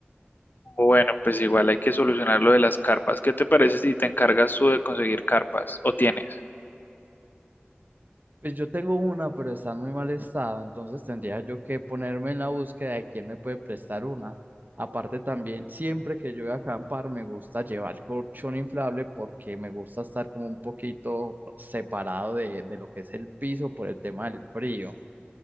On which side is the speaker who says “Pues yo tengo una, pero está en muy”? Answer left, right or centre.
Right